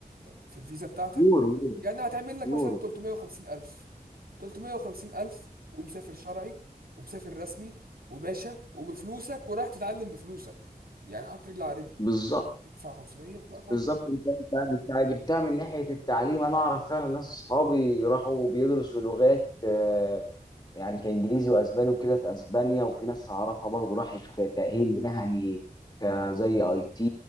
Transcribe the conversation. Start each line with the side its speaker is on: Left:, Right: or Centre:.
Right: في الفيزا بتاعتك
Left: يورو
Right: يعني هتعمل لك
Left: يورو
Right: مثلا 350 الف 350 الف ومسافر شرعي ومسافر رسمي وباشا وبفلوسك ورايح تتعلم بفلوسك يعني حط رجل على رجل
Left: بالظبط
Right: تدفع 500 لا طبعا
Left: بالظبط انت انت انت جبتها من ناحيه التعليم انا اعرف فعلا ناس اصحابي راحوا بيدرسوا لغات آه، يعني كانجليزي واسباني وكده في اسبانيا وفي ناس اعرفها برضه راحت تاهيل مهني كزي اي تي